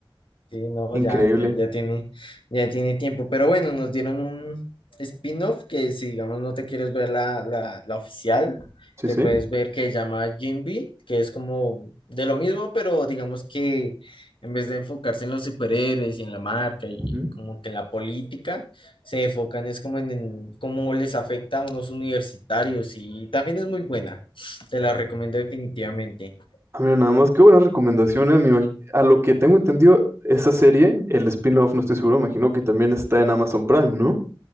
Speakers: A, on the left; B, on the right.
A: Sí, no,
B: Increíble.
A: ya, ya, ya tiene, ya tiene tiempo. Pero bueno, nos dieron un spin-off que si digamos no te quieres ver la, la, la oficial,
B: Sí,
A: te
B: sí.
A: puedes ver que se llama Jinbe, que es como de lo mismo, pero digamos que en vez de enfocarse en los superhéroes y en la marca y
B: Ujú.
A: como que en la política, se enfocan es como en, en cómo les afecta a unos universitarios y también es muy buena. Te la recomiendo definitivamente.
B: Ah, mira, nada más, qué buena recomendación, eh, me imag- A lo que tengo entendido, esa serie, el spin-off, no estoy seguro, imagino que también está en Amazon Prime, ¿no?